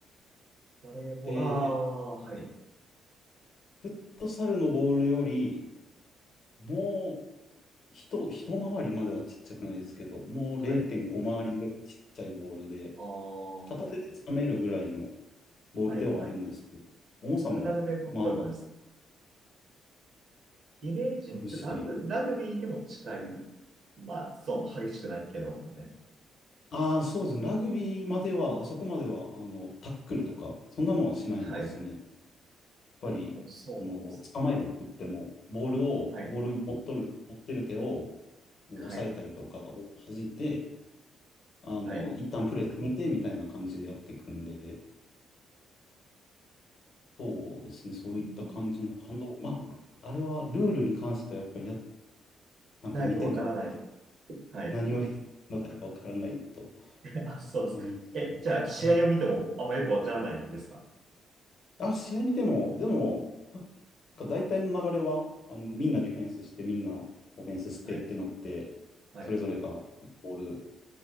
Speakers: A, on the right (about 55°); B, on the left (about 60°).
A: バレーボール、
B: で、
A: あーはい、
B: フットサルのボールより、もう一、一回りまではちっちゃくないですけど、もう0.5回りぐらいちっちゃいボールで、
A: はい、あー
B: 片手でつかめるぐらいのボールではあるんですけど、
A: はい、はい。
B: 重さもまあま
A: 片で持っておくんです。イメージ、
B: ああるし、
A: ちょラグビー、ラグビーでも近い。まあ、そう、激しくないけど、みたいな。
B: ああ、そうですね、ラグビーまでは、あそこまでは、あの、タックルとか、そんなのはしないですね。
A: はい。
B: やっぱり、
A: そうです。
B: その、捕まえるって言っても、ボールを、
A: はい、
B: ボール持っとる、持ってる手を、もう押さえたりとか、
A: はい、
B: 弾いて、あの、
A: はい。
B: 一旦プレー止めてみたいな感じでやっていくんで、そうですね、そういった感じの反動、
A: うん
B: まあ、あれはルールに関してはやっぱりや、なんか見ても
A: ないとわからない。はい。
B: 何をやったのかわからないと
A: <laughs> あ、そうですか。
B: 思いますね。
A: え、じゃあ、試合を見てもあんまよくわからないですか
B: はい。あ、試合見ても、でも、なんか大体の流れは、あの、みんなディフェンスして、みんなオフェンスしてってなって、
A: はい、はい、
B: それぞれがボール、